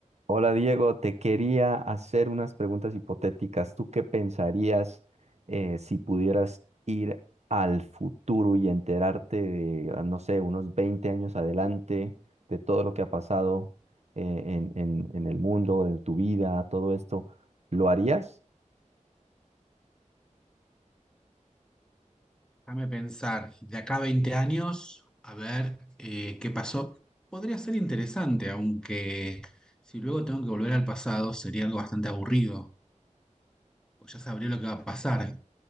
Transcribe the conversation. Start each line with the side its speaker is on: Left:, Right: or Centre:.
Right: Hola Diego, te quería hacer unas preguntas hipotéticas. ¿Tú qué pensarías eh, si pudieras ir al futuro y enterarte de, ah, no sé, unos 20 años adelante, de todo lo que ha pasado eh, en, en- en el mundo, en tu vida, todo esto? ¿Lo harías?
Centre: Déjame pensar, de acá a 20 años, a ver eh, qué pasó. Podría ser interesante, aunque si luego tengo que volver al pasado sería algo bastante aburrido, pues ya sabría lo que va a pasar.